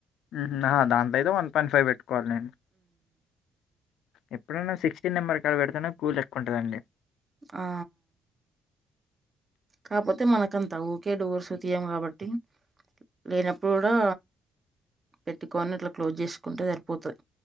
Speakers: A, on the left; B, on the right.
A: మ్మ్ ఆ దాంతయితే వన్ పాయింట్ ఫైవ్ పెట్టుకోవాలి నేను ఎప్పుడైనా సిక్స్టీన్ నెంబర్ కాడ పెడుతునే కూల్ ఎక్కువ ఉంటదండి
B: ఆ కాకపోతే మనకంతా ఊరికే డోర్స్ తీయం కాబట్టి లేనప్పుడు కూడా పెట్టుకోని ఇట్లా క్లోజ్ చేసుకుంటే సరిపోతుది